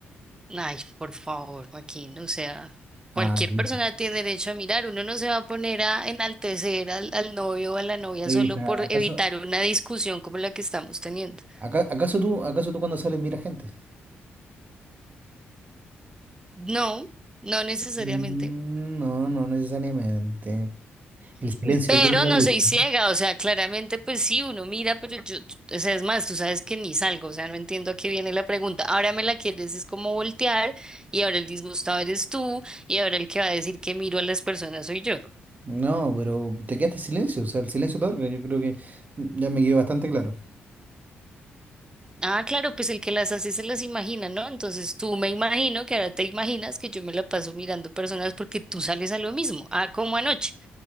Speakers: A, on the right; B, on the right.
A: Ay, por favor, Joaquín, o sea,
B: Ah,
A: cualquier
B: Luisa.
A: persona tiene derecho a mirar. Uno no se va a poner a enaltecer al, al novio o a la novia
B: Luisa,
A: solo por
B: ¿acaso,
A: evitar una discusión como la que estamos teniendo.
B: aca- acaso tú, acaso tú cuando sales mira gente?
A: No, no necesariamente.
B: Mm, no, no necesariamente. El silencio
A: Pero
B: otorga,
A: no
B: Luisa.
A: soy
B: No,
A: ciega, o sea, claramente pues sí, uno mira, pero yo, tú- o sea, es más, tú sabes que ni salgo, o sea, no entiendo a qué viene la pregunta. Ahora me la quieres es como voltear y ahora el disgustado eres tú y ahora el que va a decir que miro a las personas soy yo.
B: No, pero te quedaste en silencio, o sea, el silencio otorga, yo creo que mm, ya me quedó bastante claro.
A: Ah, claro, pues el que las hace se las imagina, ¿no? Entonces tú me imagino que ahora te imaginas que yo me la paso mirando personas porque tú sales a lo mismo, ah, como anoche,